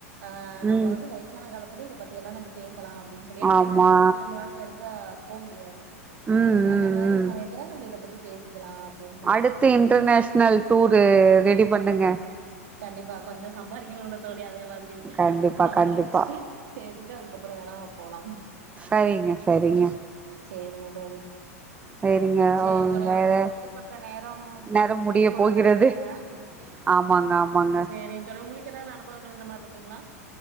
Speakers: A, on the right; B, on the right.
A: ஆ நம்ப
B: ம்
A: வந்து வயசான காலத் துல இத பத்தியெல்லா நம்ப பே சலா அப்டின் சொல்லி ஏனா
B: ஆமா
A: வயசானா காலத்துல் நம்ளால் பெருசா போ முடியாது
B: ம் ம்
A: அந்த மாரி
B: ம்
A: சமயத்துல நம்ப இத பத்தி பேசிக்கெலா அப்டின்
B: அடுத்து இன்டர்நேஷ்னல் டூரு ரெடி பண்ணுங்க
A: கண்டிப்பா கொஞ்சொ சம்பாரிக்கெணுல்ல தோழி அ அதே மாதிரி
B: கண்டிப்பா
A: சம்பாதிச்சுட்டு
B: கண்டிப்பா
A: சேர்த்திட்டு அதுக்கப்புறம் வேணாம போகலாம்
B: சரிங்க சரிங்க
A: சரிங்க தோழி
B: சரிங்க
A: சரிங்க தோழி
B: வேற
A: நம்ம குடுக்கப்பட்ட நேரம்
B: நேரம்
A: முடிய போதும்ன்னு
B: போகிறது
A: நினைக்கிறேங்க
B: ஆமாங்க ஆமாங்க
A: சரி தோழி உங்களுக்கு ஏதாவது அனுபவங்கள் இந்த மாதிரி இருக்குங்களா